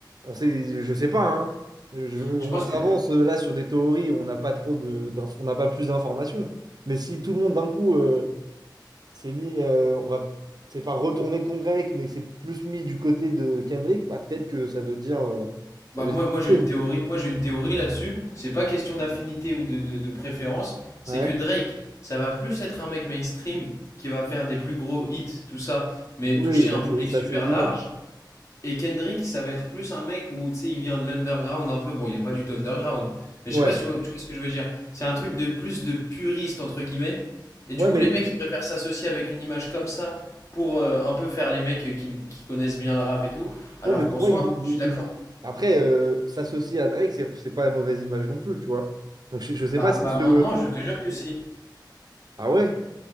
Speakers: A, on the right; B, on the left.
A: On sait, je sais pas, hein. Je- on
B: Je pense
A: s'avance
B: que...
A: euh, là sur des théories où on n'a pas trop de, d'inf- on n'a pas plus d'informations. Mais si tout le monde d'un coup, euh, c'est mis, euh, on va, c'est pas retourner contre Drake, mais c'est plus mis du côté de Kendrick, bah, peut-être que ça veut dire, euh,
B: Bah,
A: ça veut
B: moi,
A: dire
B: moi j'ai
A: chaud.
B: une théorie, moi, j'ai une théorie là-dessus. C'est pas question d'affinité ou de, de, de préférence, c'est
A: Ouais.
B: que Drake, ça va plus être un mec mainstream qui va faire des plus gros hits, tout ça, mais
A: Oui,
B: toucher
A: ça
B: un public
A: c'est ça,
B: super
A: c'est évident.
B: large. Et Kendrick, ça va être plus un mec où, tu sais, il vient de l'underground un peu. Bon, il est pas du tout underground. Mais
A: Ouais.
B: je sais pas si tu vois, tu vois ce que je veux dire. C'est un truc de plus de puriste, entre guillemets. Et du
A: Ouais,
B: coup,
A: mais,
B: les mecs, ils préfèrent s'associer avec une image comme ça pour euh, un peu faire les mecs qui, qui connaissent bien le rap et tout.
A: ouais,
B: Alors
A: mais pour
B: qu'en
A: moi,
B: soi,
A: ils- ils-
B: je suis d'accord.
A: ils- après, euh, s'associer à Drake, c'est c'est pas une mauvaise image non plus, tu vois. Donc je, je sais
B: Bah,
A: pas si
B: bah
A: ce.
B: maintenant, je te jure que si.
A: Ah ouais?